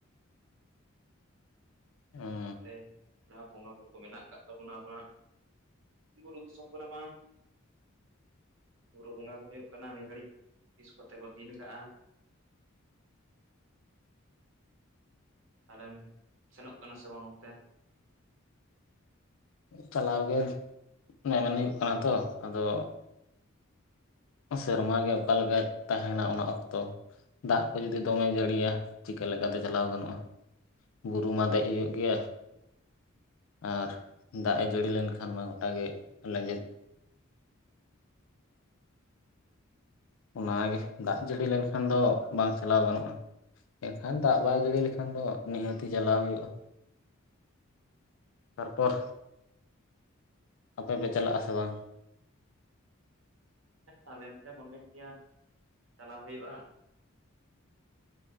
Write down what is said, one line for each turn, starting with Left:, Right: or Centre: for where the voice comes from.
Left: <unintelligible>
Right: ᱥᱟᱶ ᱛᱮᱱ ᱡᱟᱦᱟᱸ ᱵᱚᱸᱜᱟ ᱵᱩᱨᱩ ᱠᱚ ᱢᱮᱱᱟᱜ ᱟᱠᱟᱫ ᱛᱟᱵᱚᱱᱟ ᱟᱵᱚᱱᱟᱜ ᱵᱩᱨᱩ ᱫᱤᱥᱚᱢ ᱠᱚᱨᱮᱜ ᱢᱟ ᱵᱩᱨᱩ ᱵᱚᱸᱜᱟ ᱠᱚ ᱦᱩᱭᱩᱜ ᱠᱟᱱᱟ ᱱᱤᱭᱟ ᱜᱷᱟᱹᱲᱤᱡ ᱛᱤᱥ ᱠᱚᱛᱮ ᱠᱚ ᱫᱤᱱ ᱠᱟᱜᱼᱟ ᱯᱟᱞᱮᱢ ᱥᱮᱱᱚᱜ ᱠᱟᱱᱟ ᱥᱮ ᱵᱟᱝ ᱚᱱᱛᱮ?
Left: ᱪᱟᱞᱟᱣ ᱜᱮ ᱢᱮᱢᱮᱱ ᱦᱩᱭᱩᱜ ᱠᱟᱱᱟ ᱛᱚ ᱟᱫᱚ ᱥᱮᱨᱢᱟᱮ ᱜᱮ ᱚᱠᱟ ᱞᱮᱠᱟᱭ ᱛᱟᱦᱮᱱᱟ ᱚᱱᱟ ᱚᱠᱛᱚ ᱫᱟᱜ ᱠᱚ ᱡᱩᱫᱤ ᱫᱚᱢᱮ ᱡᱟᱹᱲᱤᱭᱟ ᱪᱤᱠᱟᱹ ᱞᱮᱠᱟ ᱛᱮ ᱪᱟᱞᱟᱣ ᱜᱟᱱᱚᱜᱼᱟ᱾ ᱵᱩᱨᱩ ᱢᱟ ᱫᱮᱡ ᱦᱩᱭᱩᱜ ᱜᱮᱭᱟ ᱟᱨ ᱫᱟᱜ ᱮ ᱡᱟᱹᱲᱤ ᱞᱮᱱᱠᱷᱟᱱ ᱢᱟ ᱜᱚᱴᱟ ᱜᱮ ᱞᱮᱸᱡᱮᱫ ᱚᱱᱟᱜᱮ ᱫᱟᱜ ᱡᱟᱹᱲᱤ ᱞᱮᱱᱠᱷᱟᱱ ᱫᱚ ᱵᱟᱝ ᱪᱟᱞᱟᱣ ᱜᱟᱱᱚᱜᱼᱟ᱾ ᱮᱱᱠᱷᱟᱱ ᱫᱟᱜ ᱵᱟᱭ ᱡᱟᱹᱲᱤ ᱞᱮᱠᱷᱟᱱ ᱫᱚ ᱱᱤᱦᱟᱹᱛᱤ ᱪᱟᱞᱟᱣ ᱦᱩᱭᱩᱜᱼᱟ ᱛᱟᱨᱯᱚᱨ ᱟᱯᱮ ᱯᱮ ᱪᱟᱞᱟᱜᱼᱟ ᱥᱮ ᱵᱟᱝ
Right: ᱦᱮᱸ ᱟᱞᱮ ᱦᱚᱸᱞᱮ ᱢᱚᱱᱮ ᱠᱮᱭᱟ ᱪᱟᱞᱟᱣ ᱦᱩᱭᱩᱜᱼᱟ᱾